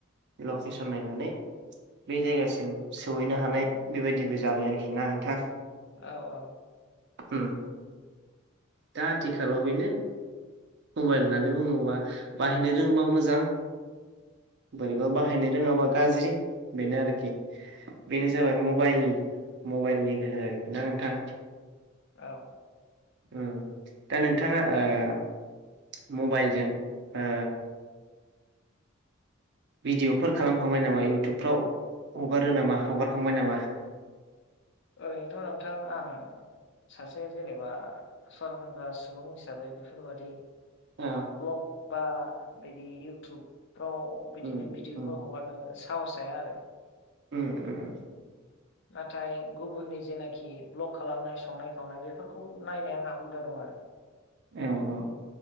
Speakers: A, on the right; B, on the left.
A: लकेसन नायनानै बे जायगासिम सहैनो हानाय बेबायदिबो जाबाय आरोखि ना नोंथा।
B: औ औ
A: उम दा आथिखालाव बेनो । मबायेल होननानै बुङोबा बाहायनो रोङोबा मोजां बोरैबा बाहायनो रोङाबा गाज्रि बेनो आरोखि। बेनो जाबाय मबायेल मबायेलनि गोहो आरोखि ना नोंथां।
B: औ।
A: उम दा नोंथाङा ओ मबायेलजों ओ भिडिअफोर खालामखांबाय नामा इउटुबफ्राव हगारो नामा हगारखांबाय नामा? <inaudible>
B: ओरैनोथ' नोंथां आं सासे जेनेबा सरासनग्रा सुबुं हिसाबै बेफोरबादि
A: औ
B: ब्लग बा बिदि इउटुबफ्राव बिदिनो
A: उम
B: भिडिअफोर
A: उम
B: हगारनो साहस थाया आरो ।
A: उम उम
B: नाथाय गुबुननि जेनाखि भ्लग खालामनाय संनाय खावनाय बेफोरखौ नायनाय आंहा हुदा दङ आरो ।
A: औ औ